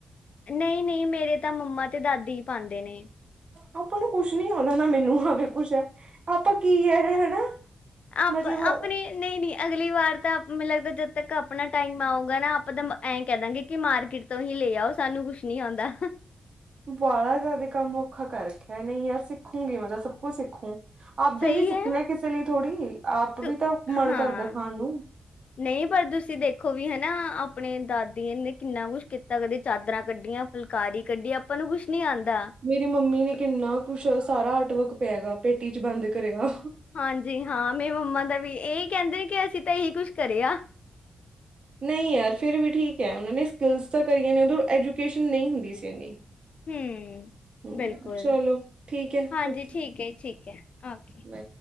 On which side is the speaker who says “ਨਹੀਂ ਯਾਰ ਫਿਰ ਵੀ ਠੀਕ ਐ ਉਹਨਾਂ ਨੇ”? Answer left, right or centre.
Right